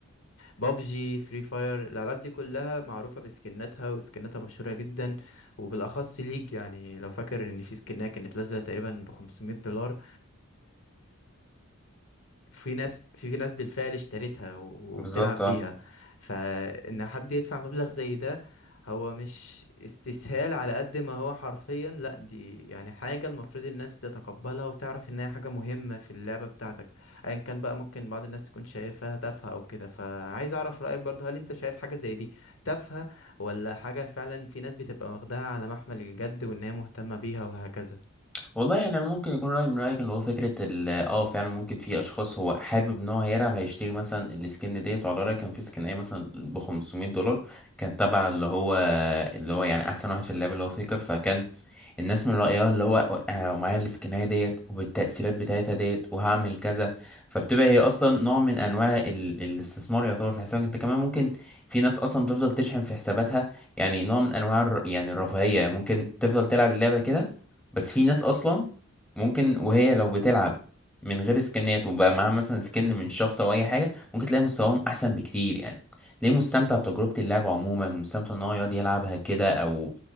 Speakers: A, on the left; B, in the centre.
A: بابجي فري فاير الالعاب دي كلها معروفه بسكناتها وسكناتها مشهوره جدا وبالاخص ليج يعني لو فاكر ان في سكنها كانت نازله تقريبا ب 500 دولار في ناس في في ناس بالفعل اشترتها و-
B: بالظبط
A: وبتلعب
B: اه
A: بيها فإن حد يدفع مبلغ زي ده هو مش استسهال على قد ما هو حرفيا لا دي يعني حاجة المفروض الناس تتقبلها وتعرف إن هي حاجة مهمة في اللعبة بتاعتك أيا كان بقى ممكن بعض الناس تكون شايفها تافهة أو كده فعايز أعرف رأيك برضه هل أنت شايف حاجة زي دي تافهة ولا حاجة فعلا في ناس بتبقى واخداها على محمل الجد وإن هي مهتمة بيها وهكذا
B: والله يعني ممكن يكون رأي من رأيك اللي هو فكرة ال اه فعلا ممكن في أشخاص هو حابب إن هو هيلعب هيشتري مثلا السكن ديت وعلى رأيي كان في سكناية مثلا ب 500 دولار كانت تبع اللي هو اللي هو يعني أحسن واحد في اللعبة اللي هو فيكر فكان الناس من رأيها اللي هو أنا لو معايا السكناية ديت وبالتأثيرات بتاعتها ديت وهعمل كذا فبتبقى هي أصلا نوع من أنواع ال... الاستثمار يعتبر في حسابك أنت كمان ممكن في ناس أصلا تفضل تشحن في حساباتها يعني نوع من أنواع الر- يعني الرفاهية يعني ممكن تفضل تلعب اللعبة كده بس في ناس اصلا ممكن وهي لو بتلعب من غير سكنات وبقى معاها مثلا سكن
A: امم
B: من شخص او اي حاجه ممكن تلاقي مستواهم احسن بكتير يعني ليه مستمتع بتجربه اللعب عموما مستمتع ان هو يقعد يلعبها كده او